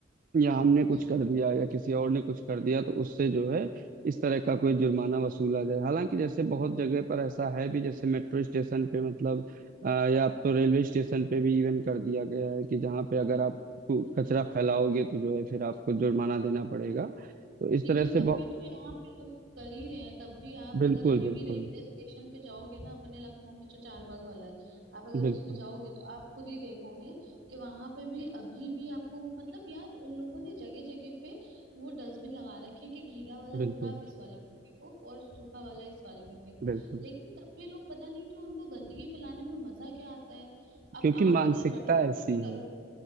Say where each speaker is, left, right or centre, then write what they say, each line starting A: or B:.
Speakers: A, on the right; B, on the right.
A: या हमने कुछ
B: हम्म
A: कर दिया या किसी और ने कुछ कर दिया तो उससे जो है इस तरह का कोई जुर्माना वसूला जाए हालांकि जैसे बहुत जगह पर ऐसा है भी जैसे मेट्रो स्टेशन पे मतलब अ, या अब तो रेलवे स्टेशन पे भी इवन कर दिया गया है कि जहाँ पे अगर आप कु- कचरा फैलाओगे तो जो है फिर आपको जुर्माना देना पड़ेगा तो इस
B: लेकिन
A: तरह से
B: तब
A: बहुत
B: भी तो यहाँ पे लोग कर ही रहे हैं तब भी आप
A: बिल्कुल
B: अगर अभी
A: बिल्कुल
B: भी रेलवे स्टेशन पे जाओगे ना अपने लखनऊ में जो चारबाग वाला है आप अगर
A: बिल्कुल
B: उसमें जाओगे तो आप खुद ही देखोगे कि वहां पे भी अभी भी आपको वो मतलब यार उन लोगों ने जगह जगह पे वो डस्टबिन लगा रखे हैं कि गीला वाला
A: बिल्कुल
B: कूड़ा आप इस वाले में फेंको और सूखा वाला इस वाले में फेंको
A: बिल्कुल
B: लेकिन तब भी लोग पता नहीं क्यों उनको गंदगी फैलाने में मजा क्या आता है अब
A: क्योंकि
B: आप
A: मानसिकता
B: अगर बड़े लोग
A: ऐसी
B: भी
A: है
B: करो